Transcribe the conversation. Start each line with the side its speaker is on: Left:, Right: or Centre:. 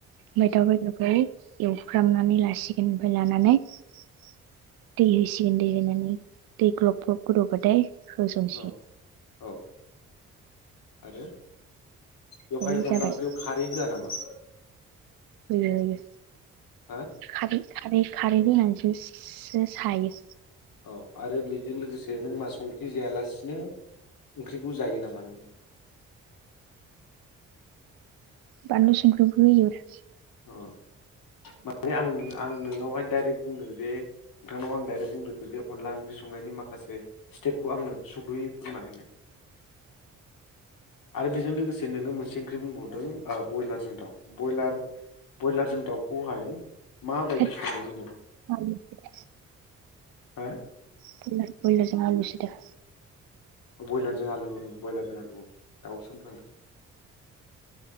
Right: ओमफ्राय दाउ बेदरखौ एवफ्रामनानै लासिगोन ओमफ्राय लानानै दै होसिगोन। गोन दै होनानै दै ग्लब ग्लब गोदौबाथाय होसनसिगोन
Left: औ औ आरो।
Right: ओमफ्राय
Left: बेवहाय अनदला
Right: जाबाय
Left: ओंख्रियाव खारै होआ नामा?
Right: होयो होयो
Left: हा
Right: खारै खारै खारै होनानैसो <unintelligible> सायो
Left: औ आरो बेजों लोगोसे नों मा संख्रि जायालासिनो ओंख्रिखौ जायो नामा नोङो
Right: बानलु संख्रिखौ होयो ब्रा
Left: अ माने आं आं नोंनावहाय डाइरेक्ट बुंदों जे नोंथांनाव आं दाइरेक्ट बुंदों जे अनला ओंख्रि संनायनि माखासे स्टेपखौ आंनो सुंद'यै फोरमायनो आरो बेजों लोगोसे नोङो मोनसे ओंख्रि बुंबावदों ओ ब्रयलारजों दाउ ब्रयलार ब्रयलारजों दाउखौहाय माबायदि
Right: थोद
Left: सङो जेनेबा
Right: बयलार
Left: हो
Right: <unintelligible> बयलारजों आलुसोदा
Left: अ ब्रयलारजों आलु ओं ब्रयलारजों आलु अ दाउसो होनफ्लांदो